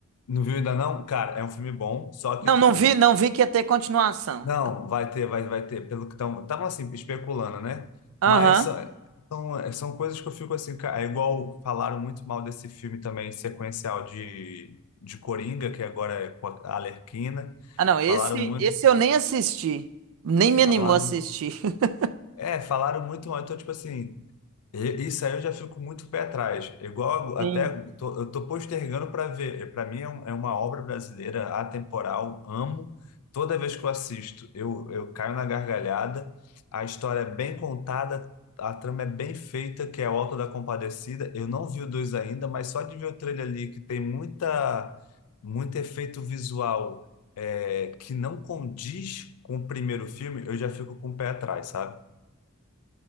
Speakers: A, on the left; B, on the right.
A: não viu ainda não? Cara, é um filme bom, só que
B: Não,
A: tipo,
B: não vi, não vi que ia ter continuação.
A: não, vai ter, vai, vai ter, pelo que estão, estavam assim, especulando, né?
B: Aham.
A: Mas são, são, são coisas que eu fico assim, ca- é igual falaram muito mal desse filme também, sequencial de, de Coringa, que agora é com a Arlequina,
B: Ah, não, esse,
A: falaram muito,
B: esse eu nem assisti. Nem me
A: falaram,
B: animou a assistir. <laughs>
A: é, falaram muito mal, então tipo assim, E- Isso aí eu já fico muito pé atrás. Igual
B: Sim.
A: até tô- eu tô postergando para ver. Para mim é, um- é uma obra brasileira atemporal. Amo. Toda vez que eu assisto, eu, eu caio na gargalhada. A história é bem contada, a trama é bem feita, que é o Auto da Compadecida. Eu não vi o dois ainda, mas só de ver o trailer ali que tem muita muito efeito visual é, que não condiz com o primeiro filme, eu já fico com o pé atrás, sabe?